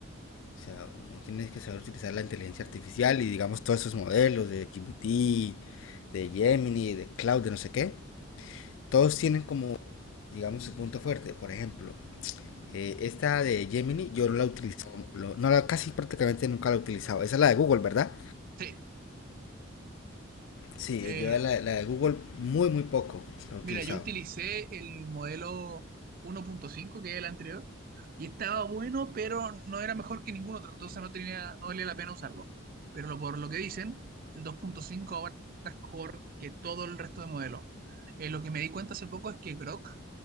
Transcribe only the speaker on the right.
Sí,
eh,
mira, yo utilicé el modelo 1.5, que es el anterior, y estaba bueno, pero no era mejor que ningún otro, entonces no tenía, no valía la pena usarlo. Pero lo- por lo que dicen, el 2.5 ahora es mejor que todo el resto de modelos. Eh, lo que me di cuenta hace poco es que Grok,